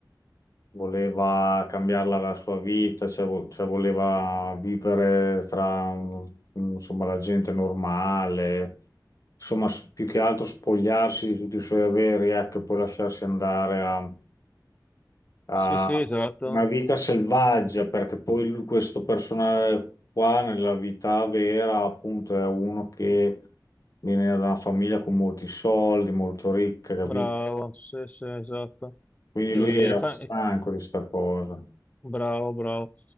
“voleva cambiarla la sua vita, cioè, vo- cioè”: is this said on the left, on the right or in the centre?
Left